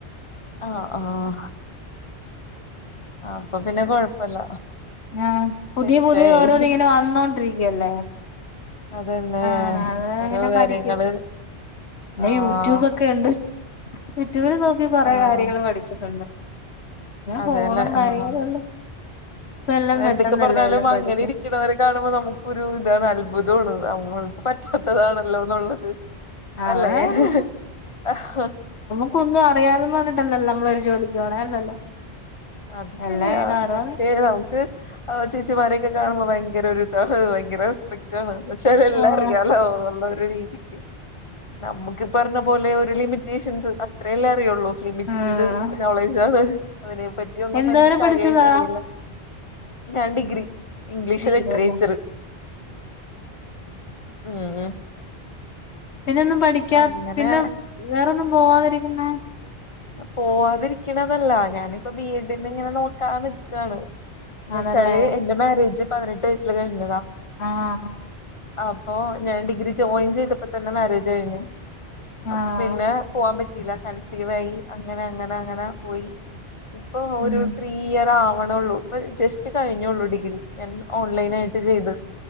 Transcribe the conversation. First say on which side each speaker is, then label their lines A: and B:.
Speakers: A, on the left; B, on the left.
A: ആഹ് ആഹ് ആഹ് അപ്പൊ പിന്നെ കൊഴപ്പല്ല
B: ആഹ് പുതിയ
A: സെറ്റായി
B: പുതിയ ഓരോന്ന് ഇങ്ങനെ വന്നോണ്ടിരിക്കല്ലേ
A: അതന്നെ
B: ആഹ് അത്
A: ഓരോ
B: അങ്ങനെ
A: കാര്യങ്ങള്
B: പഠിക്കും പിന്നെ
A: ആഹ്
B: യൂട്യൂബൊക്കെ ഉണ്ട് യൂട്യൂബിൽ നോക്കി കൊറെ
A: ആഹ്
B: കാര്യങ്ങൾ പഠിച്ചിട്ടുണ്ട്
A: അതെല്ലേ
B: ഫോണും
A: ആഹ്
B: കാര്യങ്ങളുംല്ലേ ഇപ്പ എല്ലാം പെട്ടെന്നല്ലേ
A: എന്തൊക്കെ പറഞ്ഞാലും
B: എല്ലാം
A: അങ്ങനെ
B: പഠിക്കാൻ
A: ഇരിക്കണവരെ കാണുമ്പോ നമുക്കൊരു ഇതാണ് അത്ഭുതമാണ് നമ്മൾക്ക് പറ്റാത്തതാണല്ലോന്നുള്ളത്
B: അതാണ്
A: അല്ലേ ഹ് ഹ് ആഹാ
B: നൊന്നും അറിയാതെ പറഞ്ഞട്ടല്ലോ നമ്മള് ഒരു ജോലിക്ക് പോണേ അല്ലല്ലോ
A: അത് ശരിയാ
B: എല്ലാം ഇങ്ങനെ ഓരോന്ന്
A: പക്ഷെ നമുക്ക് ചേച്ചിമാരെയൊക്കെ കാണുമ്പോ ഭയങ്കര ഒരു ഇതാണ് ഭയങ്കര റെസ്പെക്റ്റാണ്പക്ഷെഎല്ലാം
B: ആഹ്
A: അറിയാലോ എന്നുള്ള ഒരു രീതിക്ക് നമക്ക് പറഞ്ഞ പോലെ ഒരു ലിമിറ്റേഷൻസ് അത്രേല്ലേ അറിയുള്ളൂ ലിമിറ്റഡ്
B: ആഹ്
A: നോളേജ് ആണ് അതിനെ പറ്റി ഒന്നും
B: എന്തോരെ
A: അറിയില്ല എനിക്ക്
B: പഠിച്ചതാ
A: കാര്യായിട്ട് അറിയില്ല ഞാൻ ഡിഗ്രി ഇംഗ്ലീഷ്
B: ഡിഗ്രി
A: ലിട്ട്രേച്ചർ
B: അല്ലേ
A: ഉം ഉം
B: പിന്നെ ഒന്നും പഠിക്കാ
A: അങ്ങനെ
B: പിന്നെ വേറൊന്നും പോവാതിരിക്കുന്നേ
A: പോവാാതിരിക്കണതല്ല ഞാനിപ്പോ ബി എഡിന്ന് ഇങ്ങനെ നോക്കാൻ നിക്കാണ് എന്ന്
B: ആണല്ലേ
A: വെച്ചാല് എന്റെ മാരേജ് പതിനെട്ട് വയസ്സില് കഴിഞ്ഞതാ
B: ആഹ്
A: അപ്പോ ഞാൻ ഡിഗ്രി ജോയിൻ ചെയ്തപ്പോ തന്നെ മാരേജ് കഴിഞ്ഞു അപ്പൊ
B: ആഹ്
A: പിന്നെ പോവാൻ പറ്റിയില്ല കൺസവായി അങ്ങനെ അങ്ങനെ അങ്ങനെ പോയി ഇപ്പൊ ഓരോ
B: ഉം
A: ഈ ഇയർ ആവണള്ളൂ ഇപ്പൊ ജസ്റ്റ് കഴിഞ്ഞുള്ളൂ ഡിഗ്രി ഞാൻ ഓൺലൈൻ ആയിട്ട് ചെയ്തത്